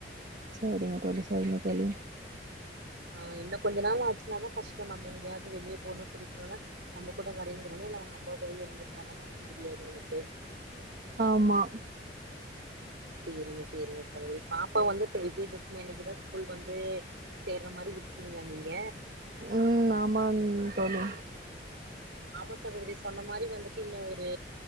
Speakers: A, on the right; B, on the right.
A: செரிங்க தோழி செரிங்க தோழி
B: ஆ இன்னு கொஞ்ச நாள் ஆச்சின்னாதா கஷ்டோ நம்ம எங்கையாவ்து வெளிய போனு அப்படிக்குனால நம்ம கூட வரேங்குறாளோ இல்ல அவுங்க அப்பா கூட இருந்துக்கிறானாலு ஒண்ணு தெரியாது நமக்கு
A: ஆமா
B: செரிங்க செரிங்க சகோதரி பாப்பா வந்து இப்ப விஜயதசமி அன்னைக்கிதா ஸ்கூல் வந்து சேர்ற மாரி விட்டுட்டீங்ளா நீங்க
A: ம் ஆமாங் தோழி
B: ஆமா சகோதரி சொன்ன மாரி வந்துட்டு இன்னு ஒரு